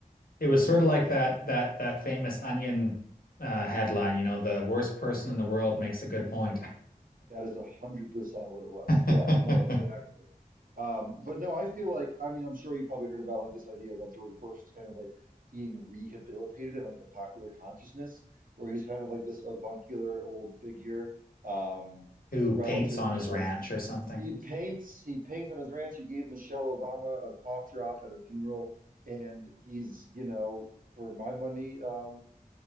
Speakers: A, on the left; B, on the right.
A: It
B: ridiculous
A: was sort of
B: reasons.
A: like that that that famous Onion uh, headline, you know, the worst person in the world makes a good point.
B: That is a hundred percent what it was.
A: <laughs>
B: Yeah, no, exactly. Um, but no, I feel like I mean I'm sure you probably heard about like this idea that George Bush is kind of like being rehabilitated in like the popular consciousness, where he's kind of like this avuncular old figure um,
A: Who
B: relative
A: paints on
B: to
A: his
B: Trump's.
A: ranch or something.
B: He paints he paints on his ranch. He gave Michelle Obama a cough drop at a funeral, and he's you know for my money. Um,